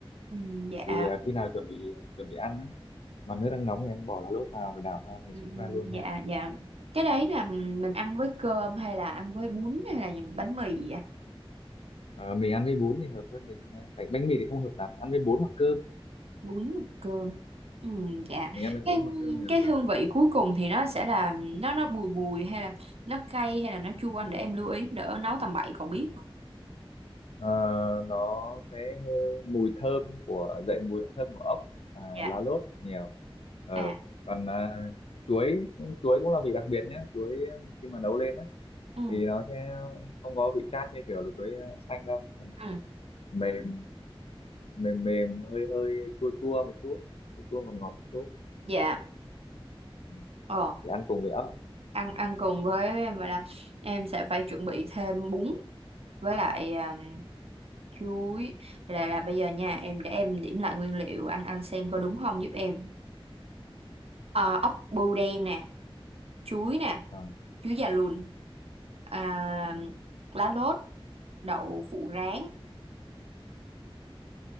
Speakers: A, on the right; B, on the left.
A: ừ, dạ,
B: thì à, khi nào chuẩn bị chuẩn bị ăn á mà nước đang nóng thì em bỏ lá lốt vào rồi đảo ra rồi
A: ừ,
B: xúc
A: ừ,
B: ra luôn
A: dạ,
B: thôi
A: dạ. Cái đấy là mình
B: Ừ.
A: ăn với cơm hay là ăn với bún hay là những bánh mì vậy? ạ?
B: Ờ, mình ăn với bún thì hợp hơn đừng ăn ờ, bánh bánh mì thì không hợp lắm ăn với bún hoặc cơm
A: Bún và cơm. Ừ,
B: Ừ.
A: dạ.
B: mình ăn với bún
A: Cái
B: hoặc cơm thì
A: cái
B: vừa
A: hương vị cuối cùng thì nó sẽ là nó nó bùi bùi hay là nó cay hay là nó chua anh để em lưu ý đỡ nấu tầm bậy còn biết.
B: Ờ, nó sẽ hơi mùi thơm của dậy mùi thơm của ốc và
A: Dạ.
B: lá lốt nhiều ờ
A: À.
B: còn à, chuối chuối cũng là vị đặc biệt nhá chuối ờ, khi mà nấu lên á
A: Ừ.
B: thì nó sẽ không có vị chát như kiểu là chuối à, xanh đâu
A: Ừ.
B: mềm mềm mềm hơi hơi chua chua một chút chua chua ngọt ngọt một chút
A: Dạ.
B: Ừ.
A: Ờ.
B: thì ăn cùng với ốc
A: ăn ăn cùng với em, vậy là em sẽ phải chuẩn bị thêm bún với lại à, chuối là là bây giờ nha em để em điểm lại nguyên liệu anh anh xem có đúng không giúp em à, ốc bươu đen nè chuối nè
B: Ờ.
A: chuối già lùn à, lá lốt đậu phụ rán